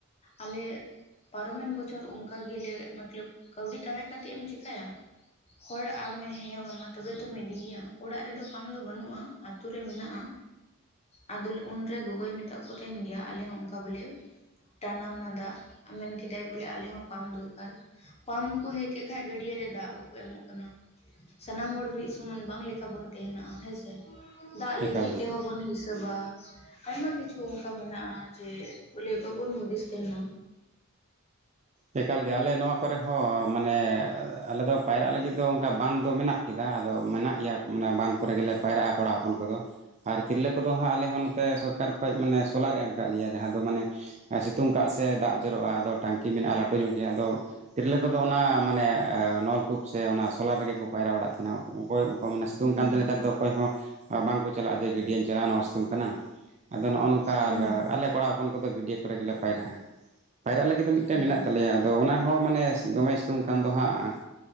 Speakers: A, on the left; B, on the right.
A: ᱟᱞᱮ ᱯᱟᱨᱚᱢᱮᱱ ᱵᱚᱪᱷᱚᱨ ᱚᱱᱠᱟ ᱜᱮᱞᱮ ᱢᱚᱛᱞᱚᱵ ᱠᱟᱹᱣᱰᱤ ᱛᱟᱦᱮᱸ ᱠᱟᱛᱮᱫ ᱮᱢ ᱪᱮᱠᱟᱭᱟ᱾ ᱦᱚᱲ ᱟᱢᱮ ᱦᱮᱸᱣᱟᱢᱟ ᱛᱚᱵᱮ ᱛᱚᱢ ᱤᱫᱤᱭᱮᱭᱟ᱾ ᱚᱲᱟᱜ ᱨᱮᱫᱚ ᱯᱟᱢ ᱫᱚ ᱵᱟᱹᱱᱩᱜ-ᱟ ᱟᱛᱳ ᱨᱮ ᱢᱮᱱᱟᱜᱼᱟ᱾ ᱟᱫᱚ ᱩᱱᱨᱮ ᱜᱚᱜᱚᱭ ᱢᱮᱛᱟᱫ ᱠᱚ ᱛᱟᱦᱮᱱ ᱜᱮᱭᱟ ᱟᱞᱮ ᱦᱚᱸ ᱚᱝᱠᱟ ᱵᱚᱞᱮ᱾ ᱴᱟᱱᱟᱣᱱᱟ ᱫᱟᱜ, ᱢᱮᱱ ᱠᱮᱫᱟᱭ ᱵᱚᱞᱮ ᱟᱞᱮ ᱦᱚᱸ ᱯᱟᱢ ᱫᱚᱨᱠᱟᱨ᱾ ᱯᱟᱢ ᱠᱚ ᱦᱮᱸ ᱠᱮᱫ ᱠᱷᱟᱡ ᱜᱟᱹᱰᱭᱟᱹ ᱨᱮ ᱫᱟᱜ ᱵᱟᱠᱚ ᱮᱢᱚᱜ ᱠᱟᱱᱟ᱾ ᱥᱟᱱᱟᱢ ᱦᱚᱲ ᱢᱤᱫ ᱥᱚᱢᱟᱱ ᱵᱟᱝ ᱞᱮᱠᱟ ᱠᱟᱵᱚᱱ ᱛᱮᱦᱮᱱᱚᱜ-ᱟ ᱦᱮᱸᱥᱮ, ᱫᱟᱜ ᱞᱟᱹᱜᱤᱫ
B: ᱮᱠᱟᱞ ᱜᱮ
A: ᱛᱮᱦᱚᱸ ᱵᱚᱱ ᱦᱤᱸᱥ ᱥᱮᱵᱟ ᱟᱭᱢᱟ ᱠᱤᱪᱷᱩ ᱚᱱᱠᱟ ᱢᱮᱱᱟᱜ-ᱟ ᱡᱮ ᱵᱚᱞᱮ ᱵᱟᱵᱚᱱ ᱦᱩᱫᱤᱥ ᱛᱟᱦᱮᱱᱟ᱾
B: ᱮᱠᱟᱞ ᱜᱮ ᱟᱞᱮ ᱱᱚᱣᱟ ᱠᱚᱨᱮ ᱦᱚᱸ ᱢᱟᱱᱮ ᱟᱞᱮ ᱫᱚ ᱯᱟᱭᱨᱟᱜ ᱞᱟᱹᱜᱤᱫ ᱫᱚ ᱚᱝᱠᱟ ᱵᱟᱸ ᱫᱚ ᱢᱮᱱᱟᱜ ᱠᱮᱫᱟ ᱟᱫᱚ ᱢᱮᱱᱟᱜ ᱜᱮᱭᱟ ᱢᱟᱱᱮ ᱵᱟᱸᱫ ᱠᱚᱨᱮ ᱜᱮᱞᱮ ᱯᱟᱭᱨᱟᱜ-ᱟ ᱠᱚᱲᱟ ᱦᱚᱯᱚᱱ ᱠᱚᱫᱚ ᱟᱨ ᱛᱤᱨᱞᱟᱹ ᱠᱚᱫᱚ ᱦᱟᱸᱜ ᱟᱞᱮ ᱦᱚᱸ ᱱᱚᱛᱮ ᱥᱚᱨᱠᱟᱨ ᱠᱷᱚ ᱠᱷᱚᱡ ᱢᱟᱱᱮ ᱥᱳᱞᱟᱨᱮ ᱮᱢ ᱟᱠᱟᱫ ᱞᱮᱭᱟ ᱡᱟᱦᱟᱸ ᱫᱚ ᱢᱟᱱᱮ ᱥᱤᱛᱩᱝ ᱠᱟᱜ ᱥᱮ ᱫᱟᱜ ᱡᱚᱨᱚᱜ-ᱟ ᱟᱫᱚ ᱴᱟᱝᱠᱤ ᱠᱤ ᱢᱮᱱᱟᱜ-ᱟ ᱞᱟᱹᱴᱩ ᱧᱚᱜ ᱜᱮᱭᱟ, ᱟᱫᱚ ᱛᱤᱨᱞᱟᱹ ᱠᱚᱫᱚ ᱚᱱᱟ ᱢᱟᱱᱮ ᱱᱚᱞᱠᱩᱯ ᱥᱮ ᱥᱮ ᱚᱱᱟ ᱥᱳᱞᱟᱨ ᱨᱮᱜᱮ ᱠᱚ ᱯᱟᱭᱨᱟ ᱵᱟᱲᱟᱜ ᱛᱟᱦᱮᱱᱟ ᱚᱠᱚᱭ ᱚᱠᱚᱠᱟ ᱢᱟᱱᱮ ᱥᱤᱛᱩᱝ
A: ᱦᱩᱸ
B: ᱠᱟᱱᱛᱮ ᱱᱮᱛᱟᱨ ᱫᱚ ᱚᱠᱚᱭ ᱦᱚᱸ ᱵᱟᱝ ᱠᱚ ᱪᱟᱞᱟᱜ-ᱟ ᱡᱮ ᱜᱟᱹᱰᱭᱟᱹᱧ ᱪᱟᱞᱟᱜ-ᱟ ᱱᱚᱣᱟ ᱥᱤᱛᱩᱝ ᱠᱟᱱᱟ ᱟᱫᱚ ᱱᱚᱜ-ᱚ ᱱᱚᱝᱠᱟ
A: ᱦᱩᱸ
B: ᱟᱨ ᱟᱞᱮ ᱠᱚᱲᱟ ᱦᱚᱯᱚᱱ ᱠᱚᱫᱚ ᱜᱟᱹᱰᱭᱟ ᱠᱚᱨᱮ ᱜᱮᱞᱮ ᱯᱟᱭᱨᱟᱜ-ᱟ᱾ ᱯᱟᱭᱨᱟᱜ ᱞᱟᱹᱜᱤᱫ ᱫᱚ ᱢᱤᱫᱴᱮᱱ
A: ᱦᱩᱸ
B: ᱢᱮᱱᱟᱜ ᱛᱟᱞᱮᱭᱟ᱾ ᱟᱫᱚ ᱚᱱᱟᱦᱚᱸ ᱢᱟᱱᱮ ᱫᱚᱢᱮᱭ ᱥᱤᱛᱩᱝ ᱠᱷᱟᱱ ᱫᱚ ᱦᱟᱸᱜ